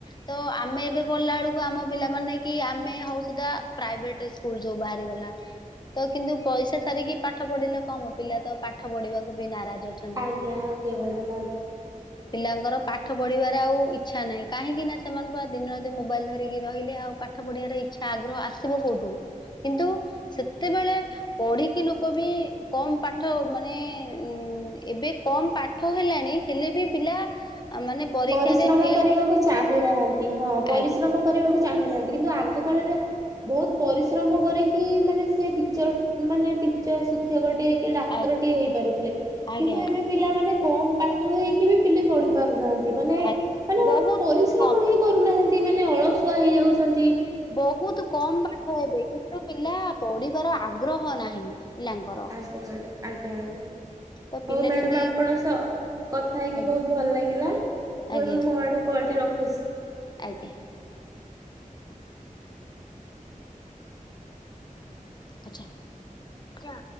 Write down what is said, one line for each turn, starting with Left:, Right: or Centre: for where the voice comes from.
Left: ତ ଆମେ ଏବ କଲା ବେଳକୁ ଆମ ପିଲାମାନେ କି ଆମେ ହଉ ସୁଧା ପ୍ରାଇଭେଟ ସ୍କୁଲ ସବୁ ବାହାରିଗଲା। ତ କିନ୍ତୁ ପଇସା ସାରିକି ପାଠ ପଢିଲେ କମ ପିଲା ତ ପାଠ ପଢିବାକୁ ବି ନା ଜ ଅଛନ୍ତି
Right: ଆଜ୍ଞା ଆଜ୍ଞା ମ୍ୟାଡ଼ାମ ଆଜ୍ଞା।
Left: ପିଲାଙ୍କର ପାଠ ପଢ଼ିବାରେ ଆଉ ଇଚ୍ଛା ନାହିଁ କାହିଁକିନା ସେମାନ ପରା ଦିନ ରାତି ମୋବାଇଲ ଧରିକି ରହିଲେ ଆଉ ପଢ଼ିବାର ଇଚ୍ଛା ଆଗ୍ରହ ଆସିବ କୋଉଠୁ କିନ୍ତୁ ସେତେବେଳେ ପଢିକି ଲୋକ ବି କମ ପାଠ ମାନେ ଉ ଏବେ କମ ପାଠ ହେଲାଣି ହେଲେ ବି ପିଲା ମାନେ ପରୀକ୍ଷାରେ
Right: ପରିଶ୍ରମ
Left: ଫେଲ
Right: କରିବାକୁ
Left: ହେଇଯାଉଛନ୍ତି।
Right: ଚାହୁଁନାହାନ୍ତି ହଁ ପରିଶ୍ରମ
Left: ଆଜ୍ଞା
Right: କରିବାକୁ ଚାହୁଁ କିନ୍ତୁ ଆଗ କାଳରେ ବହୁତ ପରିଶ୍ରମ କରିକି ମାନେ ସିଏ ଟିଚର ମାନେ ଟିଚର ଶିକ୍ଷକଟିଏ ଡାକ୍ତରଟିଏ
Left: ଆଜ୍ଞା
Right: ହେଇପାରୁଥିଲେ
Left: ଆଜ୍ଞା
Right: କିନ୍ତୁ ଏବେ ପିଲାମାନେ କମ ପାଠ ହେଇକି ବି ପିଲି ପ ପାରୁନାହାନ୍ତି ମାନେ
Left: ଆଜ୍ଞା
Right: ମାନେ
Left: ବହୁତ
Right: ପରିଶ୍ରମ
Left: କମ
Right: ହିଁ କରୁନାହାନ୍ତି ମାନେ ଅଳସୁଆ ହେଇଯାଉଚନ୍ତି।
Left: ବହୁତ କମ ପାଠ ହେବେ କିନ୍ତୁ ପିଲା ପଢିବାର ଆଗ୍ରହ ନାହିଁ। ପିଲାଙ୍କର।
Right: ଆଜ୍ଞା ମ୍ୟାଡ଼ାମ ଆଜ୍ଞା ଆଜ୍ଞା
Left: ତ ପିଲା
Right: ହଉ ମ୍ୟାଡ଼ାମ
Left: ଯଦି
Right: ଆପଣଙ୍କ ସହ କଥା ହେଇକି
Left: ଆଜ୍ଞା
Right: ବହୁତ ଭଲ ଲାଗିଲା। ମୁଁ
Left: ଆଜ୍ଞା
Right: ବି ମୋ ଆଡୁ କଲଟି ରଖୁଚି।
Left: ଆଜ୍ଞା। ଆଛା କିଆ